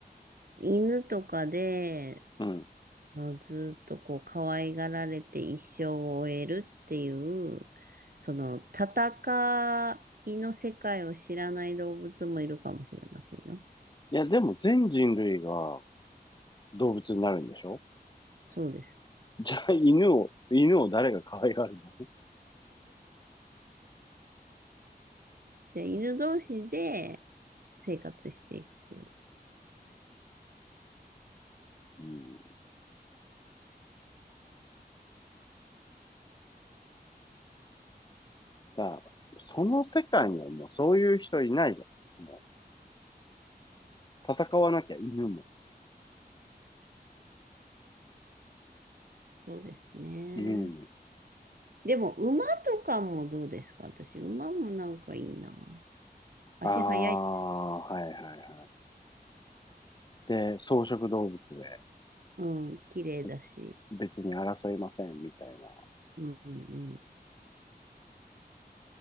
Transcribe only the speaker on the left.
いうん。
いや、でも全人類が動物になるんでしょ
じゃあ犬を、犬を誰が可愛がるの
うん。だからその世界にはもうそういう人いないじゃん。もう、戦わなきゃ犬も。
うん。
ああ、はいはいはい。で、草食動物で。
別別に争いませんみたいな。